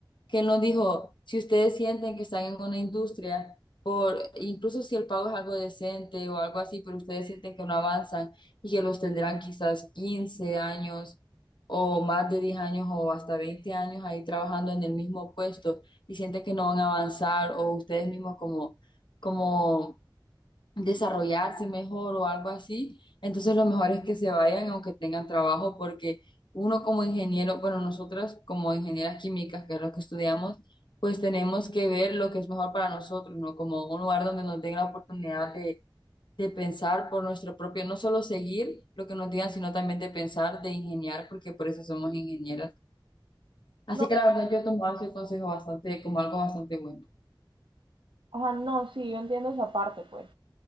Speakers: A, on the left; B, on the right.
A: que él nos dijo, si ustedes sienten que están en una industria, por, incluso si el pago es algo decente o algo así, pero ustedes sienten que no avanzan y que los tendrán quizás 15 años o más de 10 años o hasta 20 años ahí trabajando en el mismo puesto y sienten que no van a avanzar o ustedes mismos como, como desarrollarse mejor o algo así, entonces lo mejor es que se vayan aunque tengan trabajo porque uno como ingeniero, bueno, nosotras como ingenieras químicas, que es lo que estudiamos, pues tenemos que ver lo que es mejor para nosotros, ¿no? Como un lugar donde nos den la oportunidad de de pensar por nuestro propio, no solo seguir lo que nos digan, sino también de pensar, de ingeniar, porque por eso somos ingenieras. Así
B: No,
A: que la verdad yo he tomado ese consejo bastante, como algo bastante bueno.
B: ajá, no, sí, yo entiendo esa parte, pues.